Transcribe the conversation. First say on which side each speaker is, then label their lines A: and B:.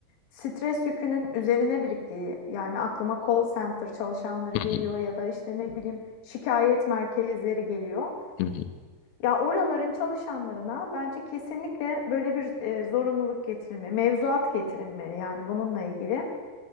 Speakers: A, on the left; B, on the left.
A: stres yükünün üzerine biriktiği, yani aklıma call center çalışanları
B: Hı
A: geliyor ya da işte ne bileyim şikayet merkezleri geliyor.
B: hı, hı hı.
A: Ya oraların çalışanlarına bence kesinlikle böyle bir e, zorunluluk getirilmeli, mevzuat getirilmeli yani bununla ilgili.